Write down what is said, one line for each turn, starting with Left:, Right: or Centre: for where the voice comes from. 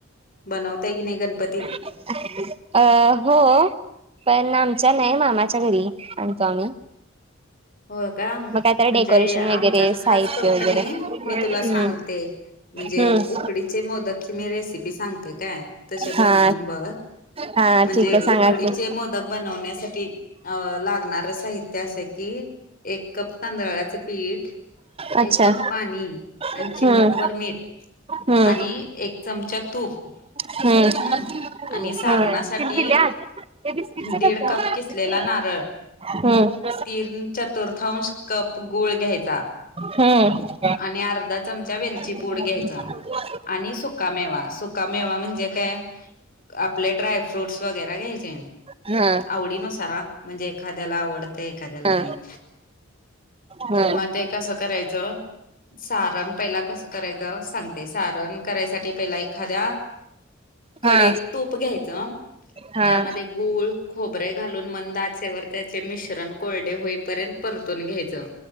Left: बनवताय की नाही गणपतीत.
Right: अ हो. पण आमच्या नाही मामाच्या घरी आणतो आम्ही.
Left: होय का म्हणजे
Right: मग काहीतरी डेकोरेशन
Left: आमच्यात
Right: वगैरे
Left: खास
Right: साहित्य
Left: करून क
Right: वगैरे
Left: नाही मी तुला
Right: हम्म
Left: सांग ते म्हणजे
Right: हम्म
Left: उकडीचे मोदकची मी रेसिपी सांगते काय तशे
Right: हा
Left: बनवून बघ.
Right: हा
Left: म्हणजे
Right: ठीक आहे सांगा
Left: उकडीचे
Right: की
Left: मोदक बनवण्यासाठी अं लागणार साहित्य असं की एक कप तांदळाळाचं पीठ
Right: अच्छा
Left: एक कप पाणी आणि
Right: हम्म
Left: चिमूटभर मीठ.
Right: हम्म
Left: आणि एक चमचा तूप.
Right: हम्
Left: हम्म आणि सारणासाठी
Right: हम.
Left: दीड कप
Right: हम्म.
Left: किसलेला नारळ <unintelligible> चतुर्थांश कप गूळ घ्यायचा
Right: हम्म
Left: आणि अर्धा चमचा वेलची
Right: <inaudible>
Left: पूड घ्यायचं आणि सुकामेवा, सुकामेवा म्हणजे काय? आपले ड्रायफ्रूटस वगैरे घ्यायचे
Right: हा
Left: आवडी नुसार हा. म्हणजे एखाद्याला आवडतं एखाद्याला
Right: हा
Left: नाही.
Right: हा
Left: म ते कसं करायचं सारण पहिला कसं करायचं सांगते सारण करायसाठी पहिला एखाद्या कडईत
Right: हा
Left: तूप घ्यायचं
Right: हा
Left: त्यामध्ये गूळ खोबरे घालून मंद आचेवर त्याचे मिश्रण कोळ पर्यंत परतून घ्यायचं.